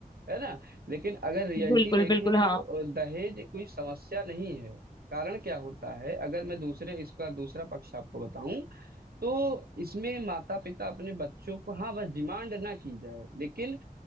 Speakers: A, on the right; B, on the left.
A: है ना लेकिन अगर रियलिटी
B: बिल्कुल
A: देखें
B: बिल्कुल
A: तो
B: हाँ
A: अ, दहेज कोई समस्या नहीं है कारण क्या होता है अगर मैं दूसरे इसका दूसरा पक्ष आपको बताऊं तो इसमें माता पिता अपने बच्चों को हाँ बस डिमांड ना की जाए लेकिन